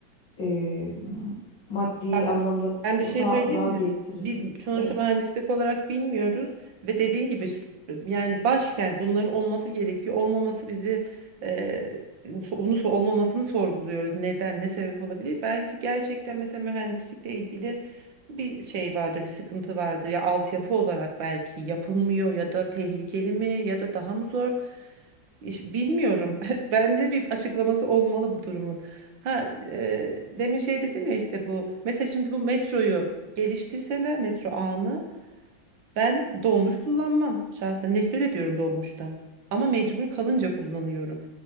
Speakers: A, on the left; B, on the right.
A: e, maddi
B: Bak,
A: anlamda
B: ben bir
A: o
B: şey
A: da,
B: söyleyeyim
A: daha
B: mi?
A: getirildi.
B: Biz sonuçta
A: Evet,
B: mühendislik olarak bilmiyoruz ve dediğin gibi s- yani başkent bunların olması gerekiyor. Olmaması bizi e, so- bunu so- olmamasını sorguluyoruz. Neden, ne sebep olabilir? Belki gerçekten mesela mühendislikle ilgili bir şey vardı, bir sıkıntı vardı ya altyapı olarak belki yapılmıyor ya da tehlikeli mi ya da daha mı zor? İş- Bilmiyorum. <laughs> Bence bir açıklaması olmalı bu durumun. Ha, e, demin şey dedim ya işte bu. Mesela şimdi bu metroyu geliştirseler metro ağını ben dolmuş kullanmam. Şahsen nefret ediyorum dolmuştan. Ama mecbur kalınca kullanıyorum.